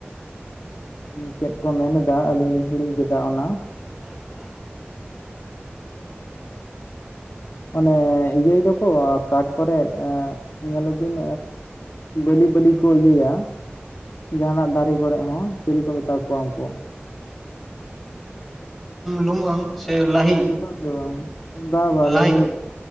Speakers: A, on the left; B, in the centre.
A: ᱪᱮᱫ ᱠᱚ ᱢᱮᱱᱮᱫᱟ ᱟᱹᱞᱤᱧ ᱞᱤᱧ ᱦᱤᱲᱤᱧ ᱠᱮᱫᱟ ᱚᱱᱟ
B: <inaudible>
A: ᱢᱟᱱᱮ ᱤᱭᱟᱹᱭ ᱫᱟᱠᱚ ᱠᱟᱴ ᱠᱚᱨᱮ ᱧᱮᱞ ᱵᱤᱱ ᱵᱟᱹᱞᱤ ᱵᱟᱹᱞᱤ ᱠᱚ ᱤᱭᱟᱹᱭᱟ ᱡᱟᱦᱟᱱᱟᱜ ᱫᱟᱨᱮ ᱠᱚᱨᱮ ᱦᱚᱸ ᱪᱤᱞᱤ ᱠᱚ ᱢᱮᱛᱟ ᱠᱚᱣᱟ ᱩᱱᱠᱩ?
B: ᱞᱩᱢᱟᱹᱝ ᱥᱮ ᱞᱟᱦᱤ
A: ᱫᱚ ᱵᱟᱝ ᱵᱟ ᱵᱟ
B: ᱞᱟᱹᱭ
A: ᱞᱟᱹᱦᱤ ᱦᱚᱸ ᱵᱟᱝ